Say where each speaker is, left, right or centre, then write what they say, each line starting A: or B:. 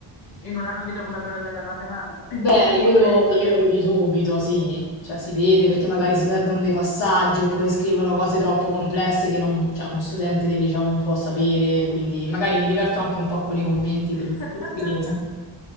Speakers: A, on the left; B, on the left.
A: in un ambito come quello della matematica, mentre
B: Beh,
A: invece
B: io lo,
A: penso
B: io
A: che...
B: lo vedo subito, sì, cioè si vede perché magari si perdono dei passaggi oppure scrivono cose troppo
A: Mhm.
B: complesse che non- cioè, uno studente del liceo non può sapere, quindi magari mi diverto anche un po' con i commenti
A: <laughs>
B: che gli scrivo.